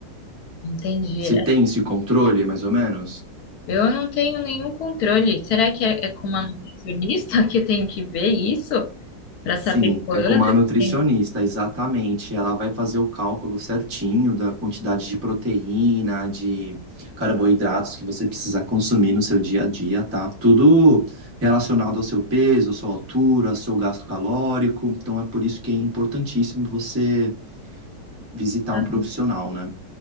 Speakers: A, on the left; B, on the right.
A: Entendi.
B: Você
A: É,
B: tem esse controle, mais ou menos?
A: Eu não tenho nenhum controle. Será que é, é com uma nutricionista <laughs> que eu tenho que ver isso? para
B: Sim,
A: saber quanto
B: é com uma nutricionista,
A: que tem.
B: exatamente. Ela vai fazer o cálculo certinho da quantidade de proteína, de carboidratos que você precisa consumir no seu dia a dia, tá? Tudo relacionado ao seu peso, à sua altura, ao seu gasto calórico. Então é por isso que é importantíssimo você visitar
A: Ah,
B: um profissional, né?